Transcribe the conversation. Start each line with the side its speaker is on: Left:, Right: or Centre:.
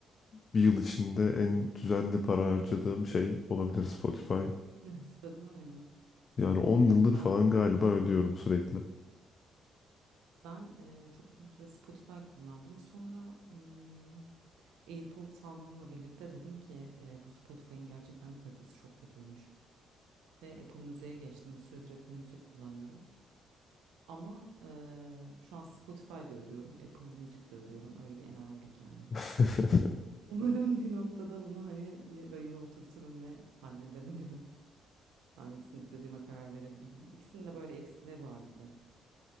Left: bir yıl içinde en düzenli para harcadığım şey olabilir Spotify.
Right: <laughs> Spotify mı?
Left: Yani 10
Right: E,
Left: yıldır
Right: ben
Left: falan galiba ödüyorum sürekli.
Right: Ben eee, çok uzun süre Spotify kullandım. Sonra hmm, AirPods almamla birlikte dedim ki eee, bu Spotify'ın gerçekten kalitesi çok kötüymüş. Ve Apple Müzik'e geçtim. Bir süredir Apple Müzik kullanıyorum. Ama eee, şu an Spotify'da ödüyorum. Apple Müzik'te ödüyorum. Öyle bir enayilik yani.
Left: <laughs>
Right: Umarım bir noktada bunu hani bir rayına oturturum ve halledebilirim. Hangisini istediğime karar verebilirim. İkisinin de böyle eksileri var gibi.